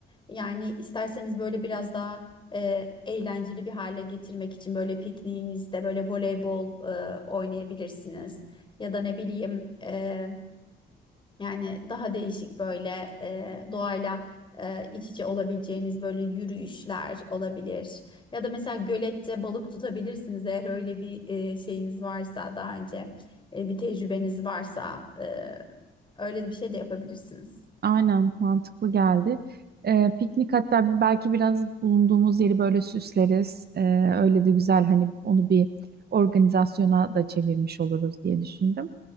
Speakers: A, on the left; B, on the right.
A: Yani isterseniz böyle biraz daha e, eğlenceli bir hale getirmek için böyle pikniğinizde böyle voleybol e, oynayabilirsiniz ya da ne bileyim e, yani daha değişik böyle e, doğayla e, iç içe olabileceğiniz böyle yürüyüşler olabilir. Ya da mesela gölette balık tutabilirsiniz eğer öyle bir e, şeyiniz varsa daha önce e, bir tecrübeniz varsa e, öyle de bir şey de yapabilirsiniz.
B: Aynen mantıklı geldi. E, piknik hatta belki biraz bulunduğumuz yeri böyle süsleriz. E, öyle de güzel hani onu bir organizasyona da çevirmiş oluruz diye düşündüm.